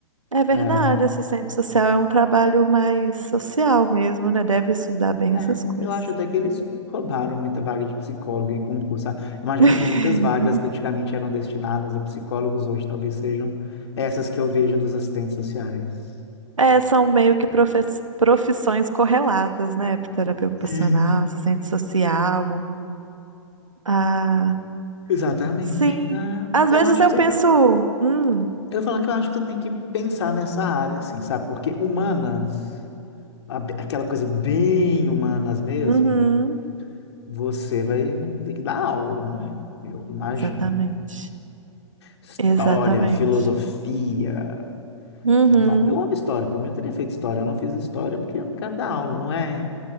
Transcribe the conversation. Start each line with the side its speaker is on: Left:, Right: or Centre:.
Right: É verdade,
Left: é.
Right: assistente social é um trabalho mais social mesmo, né? Deve estudar bem
Left: É,
Right: essas coisas.
Left: eu acho até que eles roubaram muita vaga de psicólogo em concurso. Ah, Imagino
Right: <laughs>
Left: que muitas vagas que antigamente eram destinadas a psicólogos hoje talvez sejam essas que eu vejo dos assistentes sociais.
Right: É, são meio que profes- profissões correlatas, né? Terapia ocupacional,
Left: Isso.
Right: assistente social. Ah,
Left: Exatamente.
Right: sim.
Left: Ah,
Right: Às
Left: eu
Right: vezes
Left: acho
Right: eu
Left: que você,
Right: penso, hum,
Left: eu falo que eu acho que você tem que pensar nessa área, assim, sabe? Porque humanas, a- aquela coisa bem humanas mesmo,
Right: uhum,
Left: você vai ter que dar aula, né? Eu imagino.
Right: exatamente,
Left: História,
Right: exatamente.
Left: filosofia.
Right: Uhum.
Left: Que, não, eu amo história, por mim eu teria feito história, eu não fiz história porque eu não quero dar aula, não é?